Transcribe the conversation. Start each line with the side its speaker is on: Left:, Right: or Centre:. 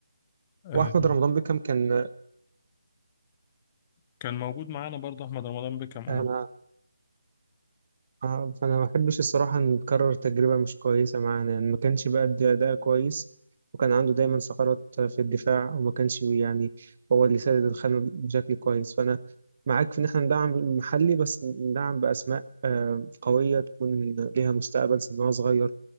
Left: آه،
Right: وأحمد رمضان بيكهام كان
Left: كان موجود معانا برضه احمد رمضان بكام اه
Right: أنا آه، فانا ما بحبش الصراحه نكرر تجربه مش كويسه معانا يعني ما كانش بيأدي اداء كويس وكان عنده دايما ثغرات في الدفاع وما كانش بي- يعني هو اللي سدد الخانه بشكل كويس فانا معاك في ان احنا ندعم المحلي بس ندعم باسماء آه، قويه تكون ليها مستقبل سنها صغير